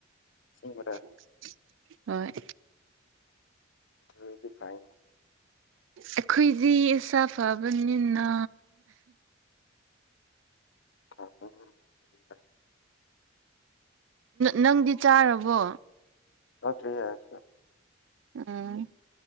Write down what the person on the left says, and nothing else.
ꯁꯤꯁꯤꯡꯕꯔꯥ
ꯑꯗꯨꯗꯤ ꯐꯥꯏꯟ
ꯈꯗ <unintelligible>
ꯍ ꯊꯔꯤ ꯌꯥꯁꯤ